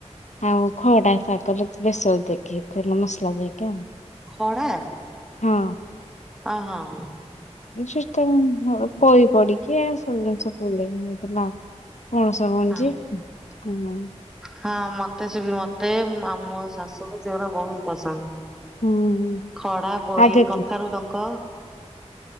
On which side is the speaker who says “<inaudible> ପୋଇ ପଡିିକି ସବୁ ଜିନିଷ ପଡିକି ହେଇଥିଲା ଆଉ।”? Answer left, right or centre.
Left